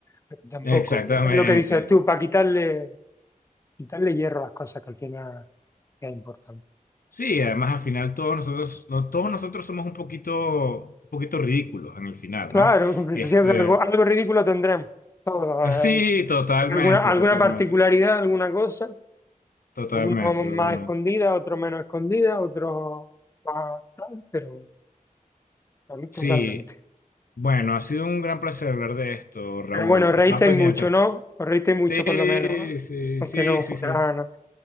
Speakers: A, on the left (about 20°); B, on the left (about 75°).
A: Pero tampoco,
B: Exactamente.
A: es lo que dices tú, para quitarle, quitarle hierro a las cosas que al final es importante.
B: Sí, además al final todos nosotros, no, todos nosotros somos un poquito, un poquito ridículos en el final,
A: Claro,
B: ¿no?
A: <laughs> pues,
B: Este,
A: siempre algo, algo ridículo tendremos. Todo,
B: sí,
A: eh,
B: totalmente,
A: alguna, alguna
B: totalmente,
A: particularidad, alguna cosa.
B: totalmente,
A: Algunos
B: totalmente.
A: más escondidas, otros menos escondidas, otros más tal, pero tal- totalmente.
B: Sí, bueno, ha sido un gran placer hablar de esto, Raúl.
A: Pero bueno, os reísteis
B: Estamos pendientes.
A: mucho, ¿no? Os reísteis mucho
B: Sí,
A: por lo menos, ¿eh?
B: sí,
A: aunque
B: sí,
A: no
B: sí,
A: fueran
B: sí,